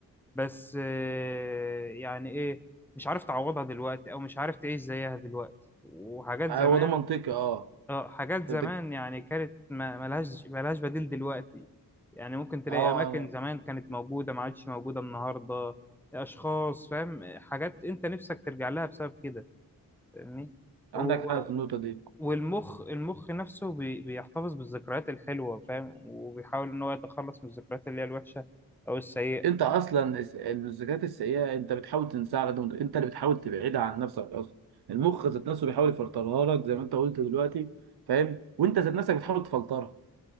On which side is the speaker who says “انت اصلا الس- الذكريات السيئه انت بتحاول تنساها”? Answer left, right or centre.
Right